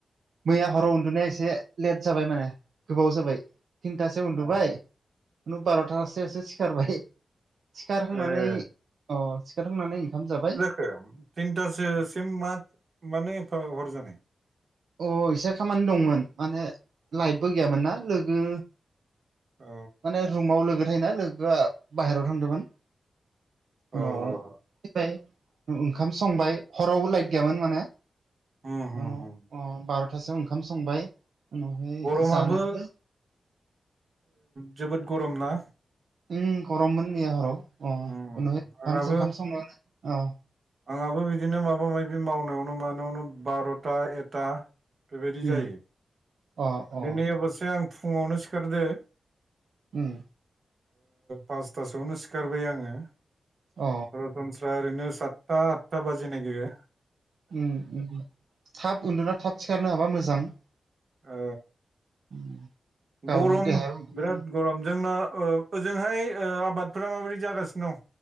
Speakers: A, on the right; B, on the right.
A: मैया हराव उन्दुनाया एसे लेट जाबाय माने गोबाव जाबाय। थिनथासोयाव उन्दुबाय
B: ओ
A: बार'थासोआवसो सिखारबाय। सिखारखांनानै
B: ए
A: अ सिखारखांनानै ओंखाम जाबाय।
B: थिनथासोसिम मा मानो एफा हर जानाय?
A: अ एसे खामानि दंमोन माने लाइटबो गैयामोन ना लोगो।
B: अ
A: माने रुमाव लोगो थायोना लोगोआ बाहेराव थांदोंमोन।
B: अ
A: उनाव
B: अ
A: फैबाय ओंखाम संबाय हरावबो लाइट गैयामोन माने।
B: उम उम
A: उनाव
B: उम
A: ओ बार'थासोआव ओंखाम संबाय उनावहाय
B: गरमाबो
A: जानायावनो
B: जोबोद ओ गरम ना
A: उम गरममोन मैया हराव अ
B: उम
A: उनावहाय ओंखाम
B: आंहाबो
A: ओंखाम संनानै अ
B: आंहाबो बिदिनो माबा माबि मावनायावनो मानायावनो बार'था एथा बेबायदि
A: उम
B: जायो
A: अ अ
B: दिनै अबसे आं फुङावनो सिखारदो
A: उम
B: पासथासोआवनो सिखारबाय आङो
A: अ
B: सनस्रा ओरैनो सातथा आदथा बाजिनो नागिरो
A: उम थाब उन्दुना थाब सिखारनो हाब्ला मोजां
B: ओ
A: उम गावनि
B: गरम
A: देहायाबो
B: बिराद गरमजोंना ओजोंहाय ओ आबादफोरा माबोरै जागासिनो दं